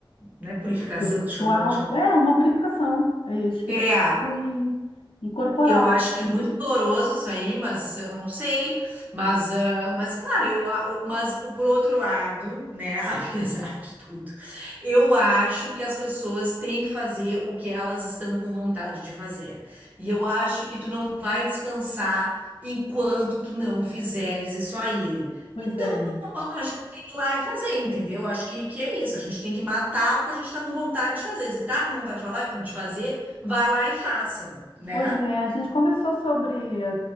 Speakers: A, on the right (about 20°); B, on the left (about 80°).
A: Não é purificação
B: O ritual
A: que tu chamou, tu chamou?
B: é uma purificação é, espiritual
A: É,
B: e, e corporal.
A: Eu acho que é muito doloroso isso aí, mas eu não sei. Mas, ah, mas claro, eu, a- eu- mas po- por outro lado, né, <laughs> apesar de tudo, eu acho que as pessoas têm que fazer o que elas estão com vontade de fazer. E eu acho que tu não vai descansar enquanto tu não fizeres isso aí.
B: Pois
A: Então,
B: é.
A: eu acho que tu tem que ir lá e fazer, entendeu? Eu acho que, que é isso. A gente tem que matar o que a gente está com vontade de fazer. Se tá com vontade de vai lá- de fazer, vai lá e faça, né?
B: Pois é, a gente conversou sobre a